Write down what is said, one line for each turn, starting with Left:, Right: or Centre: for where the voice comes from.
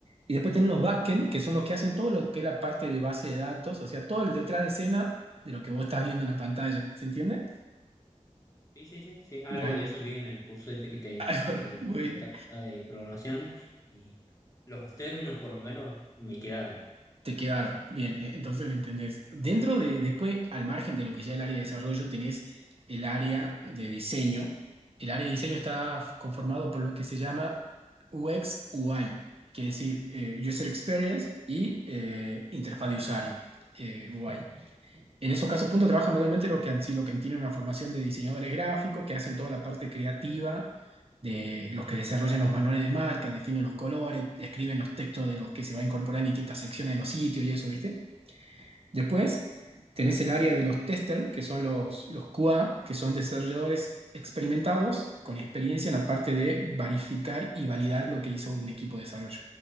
Right: Y después tenés los backend, que son los que hacen todo lo que es la parte de base de datos, o sea, todo el detrás de escena de lo que vos estás viendo en la pantalla. ¿Se entiende?
Left: Sí, sí, sí, sí, algo
Right: Dale.
Left: de eso vi en el curso este que te,
Right: <laughs>
Left: que te
Right: Bueno,
Left: comentaba de programación y los términos por lo menos me quedaron.
Right: Te quedaron. Bien, eh, entonces me entendés. Dentro de, después, al margen de lo que ya es el área de desarrollo, tenés el área de diseño. El área de diseño está conformado por lo que se llama UX UI, que es decir, eh, User Experience y eh, interfaz de usuario, eh, UI. En esos casos, punto, trabajan manualmente lo que han sido, que tienen una formación de diseñadores gráficos, que hacen toda la parte creativa de los que desarrollan los manuales de marca, definen los colores, escriben los textos de los que se va a incorporar en distintas secciones de los sitios y eso, ¿viste? Después tenés el área de los testers, que son los, los QA, que son desarrolladores experimentados, con experiencia en la parte de verificar y validar lo que hizo un equipo de desarrollo.